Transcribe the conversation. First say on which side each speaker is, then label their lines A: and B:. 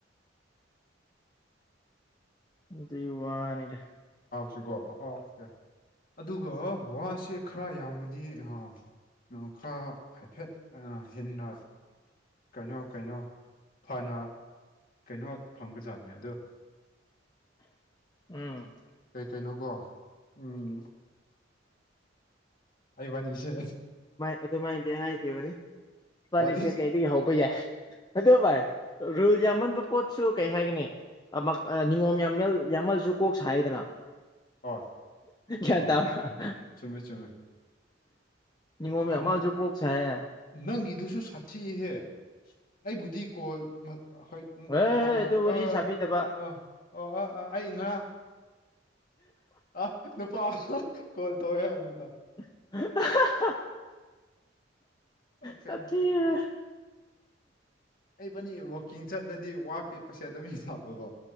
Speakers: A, on the left (about 20°); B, on the left (about 50°).
A: ꯗꯨꯢ ꯋꯥꯅꯤꯗ
B: ꯖꯤꯒꯣ ꯑꯥ ꯑꯣꯀꯦ ꯑꯗꯨꯒ ꯋꯥꯁꯦ ꯈꯔ ꯌꯥꯝꯃꯗꯤ ꯑꯥ ꯅꯣ ꯈꯔ ꯍꯥꯏꯐꯦꯠ ꯑꯦꯅ ꯍꯦꯟꯅ ꯀꯩꯅꯣ ꯀꯩꯅꯣ ꯐꯅ ꯀꯩꯅꯣ ꯐꯪꯕꯖꯥꯠꯅꯦ ꯑꯗꯨ
A: ꯎꯝ
B: ꯀꯩ ꯀꯩꯅꯣꯀꯣ ꯎꯝ ꯑꯩꯕꯥꯟꯅꯤꯁꯦ
A: ꯑꯗꯨꯃꯥꯏꯗꯤ ꯍꯥꯏꯈꯤꯕꯅꯤ ꯏꯕꯥꯅꯤꯁꯦ
B: ꯋꯥꯔꯤ
A: ꯀꯩꯗꯒꯤ ꯍꯧꯕ ꯌꯥꯏ ꯑꯗꯨ ꯚꯥꯏ ꯔꯨꯜ ꯌꯥꯝꯃꯟꯕ ꯄꯣꯠꯁꯨ ꯀꯩ ꯍꯥꯏꯒꯅꯤ ꯑꯃ ꯅꯤꯉꯣꯝ ꯌꯥꯝꯃꯦꯜ ꯌꯥꯝꯃꯜꯂꯁꯨ ꯀꯣꯛ ꯁꯥꯏꯗꯅ
B: ꯍꯣꯏ
A: ꯒ꯭ꯌꯥꯟ
B: ꯍꯣꯏ
A: ꯇꯥꯕ꯭ꯔꯥ
B: ꯆꯨꯝꯃꯦ ꯆꯨꯝꯃꯦ
A: ꯅꯤꯉꯣꯝ ꯌꯥꯝꯃꯜꯁꯨ
B: ꯎꯝ
A: ꯀꯣꯛ ꯁꯥꯏꯌꯦ
B: ꯅꯪꯒꯤꯗꯨꯁꯨ ꯁꯥꯠꯊꯤꯍꯦ ꯑꯩꯕꯨꯗꯤ ꯀꯣꯜ ꯃꯠ ꯍꯣꯏ <unintelligible>
A: ꯍꯦꯍꯦ
B: ꯑꯣ
A: ꯑꯗꯨ ꯋꯥꯔꯤ
B: ꯑꯣ
A: ꯁꯥꯕꯤꯗꯕ
B: ꯑ ꯑ ꯑꯩ ꯉꯔꯥꯡ ꯑ ꯅꯨꯄꯥ ꯑꯃ ꯀꯣꯜ ꯇꯧꯋꯦ ꯅꯨꯗꯥ
A: <unintelligible>
B: ꯑꯣꯀꯦ
A: ꯁꯥꯊꯤꯍꯦ
B: ꯏꯕꯥꯅꯤ ꯋꯥꯛꯀꯤꯡ ꯆꯠꯂꯗꯤ ꯋꯥ ꯄꯦꯠꯄꯁꯦ ꯑꯗꯨꯝ ꯌꯥꯕꯀꯣ